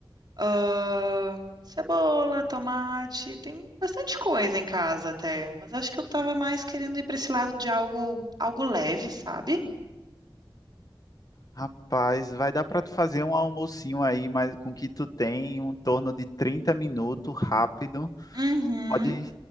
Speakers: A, on the right; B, on the left.
A: Ahn, cebola, tomate, tem bastante coisa em casa até, mas acho que eu tava mais querendo ir para esse lado de algo, algo leve, sabe?
B: Rapaz, vai dar para tu fazer um almocinho aí, mas com o que tu tem, em um torno de 30 minutos, rápido.
A: Uhum.
B: Pode,